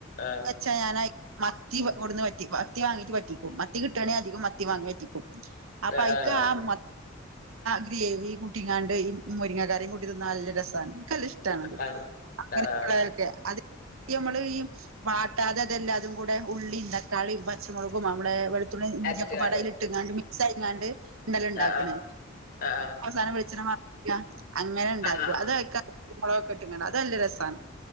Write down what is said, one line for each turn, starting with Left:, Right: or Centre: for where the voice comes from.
Left: ആഹ്
Right: വെച്ച ഞൻ മത്തിടന്ന് പറ്റി മത്തി വാങ്ങിട്ട് പറ്റിക്കും മത്തി കിട്ടണെങ്ക അധം മത്തി വാങ്ങി പറ്റിക്കും അപ്പയിക്ക
Left: ആഹ് ആഹ്
Right: മ ഗ്രേവി കുട്ടങ്ങാണ്ട് മുരിങ്ങ കറിയും കൂടിന്ന നല്ല രസമാണ് കല്ല ഇഷ്ടണത്
Left: ആഹ്
Right: അങ്ങനെയുള്ളൊക്കെ
Left: ആഹ്
Right: അ നമ്മള് ഈ വാട്ടാതെ തെല്ലാതും കൂടെ ഉള്ളിമ് തക്കാളിമ് പച്ചമുളകും നമ്മളെെ വെള് ഇഞ്ചൊക്കെ
Left: അരച്ച്കാണ്ട്
Right: പടൽിട്ട ഇങ്ങാണ്ട് മിക്സ് ആ ഇങ്ങാണ്ട് ഉണ്ടല ഉണ്ടാക്കണ്
Left: ആഹ് ആഹ്
Right: അവസാനം വിളിച്ച <unintelligible> അങ്ങനെ ണ്ടാകും
Left: ആഹ്
Right: അത് വഴക്കാ മുളകൊക്കെ ഇട്ടിങ്ങ അത് നല്ല രസാ ണ്